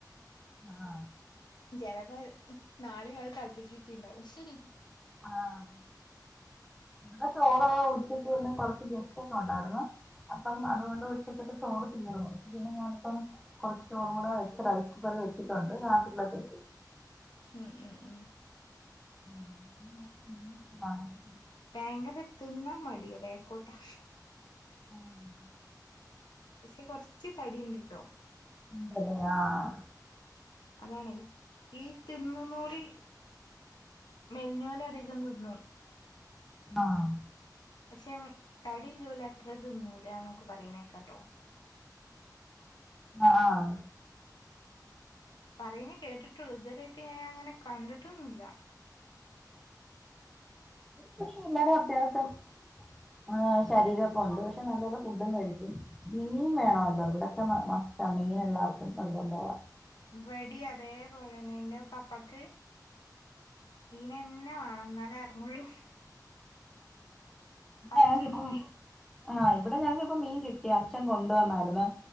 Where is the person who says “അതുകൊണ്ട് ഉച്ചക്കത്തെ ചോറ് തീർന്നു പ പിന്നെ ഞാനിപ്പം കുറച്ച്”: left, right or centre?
Centre